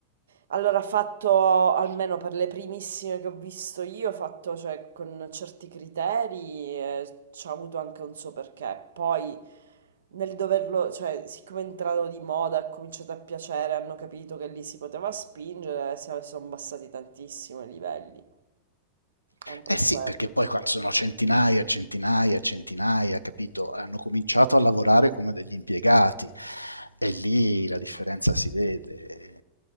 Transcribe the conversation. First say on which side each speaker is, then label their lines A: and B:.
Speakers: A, on the right; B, on the left.
A: allora, ha fatto, almeno per le primissime che ho visto io, ha fatto, cioè, con certi criteri, eh, ci ha avuto anche un suo perché. Poi, nel doverlo, cioè, siccome è entrato di moda, ha cominciato a piacere, hanno capito che lì si poteva spingere, si sono abbassati tantissimo i livelli, anche
B: Eh
A: in
B: sì,
A: quello.
B: perché poi quando sono centinaia, centinaia, centinaia, capito? Hanno cominciato a lavorare come degli impiegati e lì la differenza si vede.